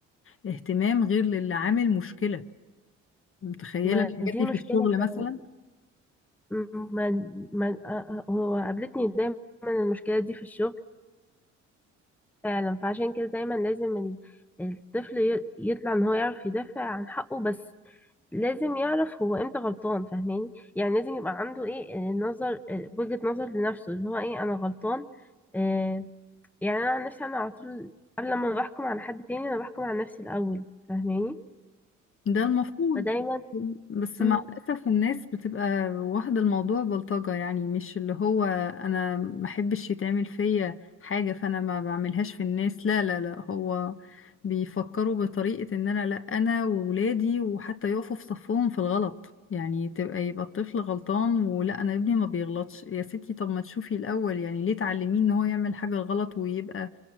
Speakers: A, on the left; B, in the centre.
A: اهتمام غير للي عامل مشكلة متخيلة
B: ما
A: الحاجات
B: دي
A: دي
B: مشكلة
A: في الشغل
B: فعلا
A: مثلا
B: ما ما آه، آه، هو قابلتني دايما المشكلة دي في الشغل فعلا فعشان كده دايما لازم ال- الطفل ي- يطلع ان هو يعرف يدافع عن حقه بس لازم يعرف هو امتى غلطان فاهماني يعني لازم يبقى عنده ايه آه، نظر آه، وجهة نظر لنفسه اللي هو ايه انا غلطان آه يعني انا عن نفسي انا على طول قبل ما بحكم على حد تاني انا بحكم على نفسي الاول فاهماني
A: ده المفروض
B: فدايما
A: بس
B: امم
A: مع الأسف الناس بتبقى واخدة الموضوع بلطجة يعني مش اللي هو أنا ما أحبش يتعمل فيا حاجة فأنا ما بعملهاش في الناس لا لا لا هو بيفكروا بطريقة إن أنا لا أنا وولادي وحتى يقفوا في صفهم في الغلط يعني تبقى يبقى الطفل غلطان ولا أنا ابني ما بيغلطش يا ستي طب ما تشوفي الأول يعني ليه تعلميه إن هو يعمل حاجة غلط ويبقى